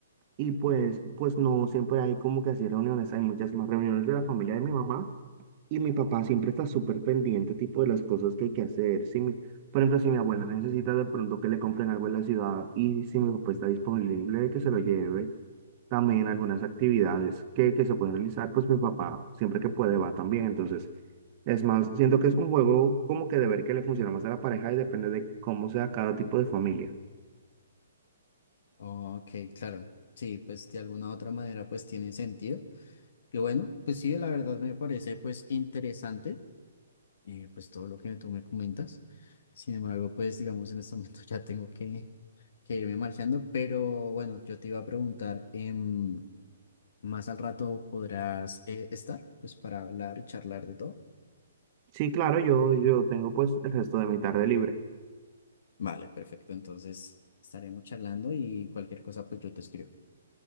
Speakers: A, on the right; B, on the left.
A: y pues, pues no siempre hay como que así reuniones, hay muchas más reuniones de la familia de mi mamá. Y mi papá siempre está súper pendiente, tipo, de las cosas que hay que hacer. Si mi- por ejemplo, si mi abuela necesita de pronto que le compren algo en la ciudad y si mi papá está disponible, que se lo lleve. También algunas actividades que, que se pueden realizar, pues mi papá siempre que puede va también. Entonces, es más, siento que es un juego como que de ver que le funciona más a la pareja y depende de cómo sea cada tipo de familia.
B: Ok, claro. Sí, pues de alguna u otra manera pues tiene sentido. Y bueno, pues sí, la verdad me parece pues interesante. eh, pues todo lo que tú me comentas. Sin embargo, pues digamos en este momento <laughs> ya tengo que, que irme marchando, pero bueno, yo te iba a preguntar, em, más al rato podrás eh, estar, pues para hablar y charlar de todo.
A: Sí, claro, yo, yo tengo pues el resto de mi tarde libre.
B: Vale, perfecto. Entonces estaremos charlando y cualquier cosa, pues yo te escribo.